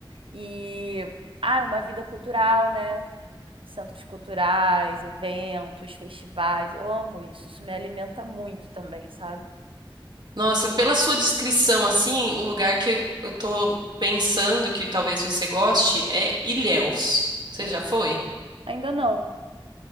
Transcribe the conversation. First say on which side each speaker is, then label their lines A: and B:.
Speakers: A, on the right (about 85°); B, on the right (about 55°).
A: E ah, uma vida cultural, né? centros culturais, eventos, festivais. Eu amo isso, isso me alimenta muito também, sabe?
B: Nossa, pela sua descrição assim, o lugar que eu tô pensando que talvez você goste é Ilhéus. Você
A: Uhum.
B: já foi?
A: Ainda não.